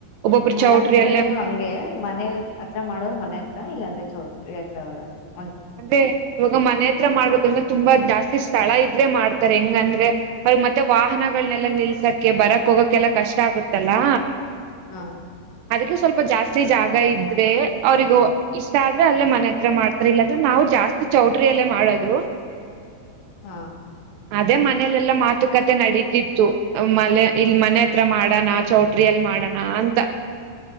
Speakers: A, on the right; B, on the left.
A: ಒಬ್ಬೊಬ್ರು
B: ಹ
A: ಚೌಟ್ರಿ
B: ನಮ್ ಕಡೆನು
A: ಅಲ್ಲೇ
B: ಹಂಗೆ ಮನೆ ಹತ್ರ ಮಾಡೋರ್ ಮನೆ ಹತ್ರ ಇಲ್ಲಾಂದ್ರೆ ಚೌಟ್ರಿ ಎತ್ರಾವರ <unintelligible>
A: ಮತ್ತೆ ಮನೆ ಹತ್ರ ಮಾಡ್ಬೇಕಂದ್ರೆ ತುಂಬಾ ಜಾಸ್ತಿ ಸ್ಥಳ ಇದ್ರೆ ಮಾಡ್ತಾರೆ ಹೆಂಗ ಅಂದ್ರೆ ಮತ್ತೆ ವಾಹನ ಲ್ಲ ನಿಲ್ಸಕ್ಕೆೆ ಬರಕ್ ಹೋಗಕ್ಕೆೆಲ್ಲ ಕಷ್ಟ ಆಗುತ್ತಲ್ಲಾ
B: ಹಾ
A: ಅದಕ್ಕೆ ಸ್ವಲ್ಪ ಜಾಸ್ತಿ ಜಾಗ ಇದ್ರೆ ಅವ್ರಗೂ ಇಷ್ಟ ಆದ್ರೆ ಅಲ್ಲೇ ಮನೆ ಹತ್ರ ಮಾಡ್ತಾರ ಇಲ್ಲ ನಾವು ಜಾಸ್ತಿ ಚೌಟ್ರಿಯಲ್ಲೇ ಮಾಡೋದು
B: ಹಾ
A: ಅದೇ ಮನೇಲೆೆಲ್ಲಾ ಮಾತುಕತೆ ನಡೀತಿತ್ತು ಮಲೆ ಇಲ್ ಮನೆ ಹತ್ರ ಮಾಡಣಾ ಚೌಟ್ರಿಿಯಲ್ಲಿ ಮಾಡೋಣ ಅಂತ